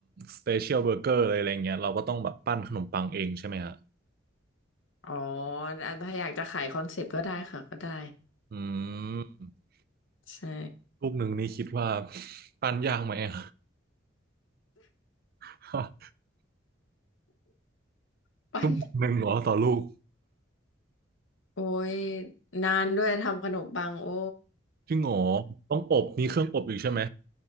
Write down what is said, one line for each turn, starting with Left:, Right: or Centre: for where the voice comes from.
Right: สเปเชียลเบอร์เกอร์อะไรอะไรเงี้ยเราก็ต้องแบบปั้นขนมปังเองใช่ไหมฮะ
Left: อ๋ออ่ะถ้าอยากจะขายคอนเซปต์ก็ได้ค่ะก็ได้
Right: อืม
Left: ใช่
Right: ลูกหนึ่งนี่คิดว่า <laughs> ปั้นยากไหมอะ <laughs>
Left: <laughs> ปั้น
Right: ชั่วโมงหนึ่งเหรอต่อลูก
Left: โอ้ยนานด้วยทำขนมปังโอ้
Right: จริงเหรอต้องอบมีเครื่องอบอีกใช่ไหม